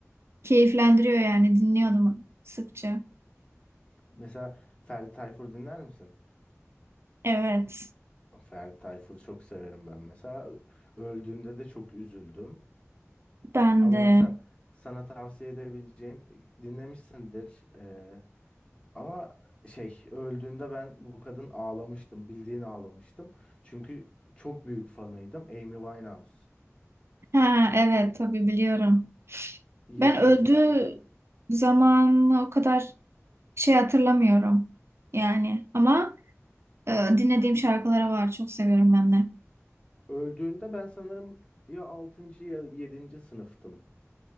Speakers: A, on the right (about 55°); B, on the left (about 20°).
A: Keyiflendiriyor yani dinliyordum sıkça.
B: mesela Ferdi Tayfur dinler misin?
A: Evet.
B: Ferdi Tayfur'u çok severim ben mesela. Ö- Öldüğünde de çok üzüldüm.
A: Ben
B: Ama
A: de.
B: mesela sana tavsiye edebileceğim dinlemişsindir. Ee, ama şey öldüğünde ben bu kadın ağlamıştım. Bildiğin ağlamıştım. Çünkü çok büyük fanıydım. Amy Winehouse.
A: Ha evet tabii biliyorum.
B: 27'lerden
A: Ben öldüğü zaman o kadar şey hatırlamıyorum. Yani ama e, dinlediğim şarkıları var. Çok seviyorum ben de.
B: Öldüğünde ben sanırım ya altıncı ya yedinci sınıftım.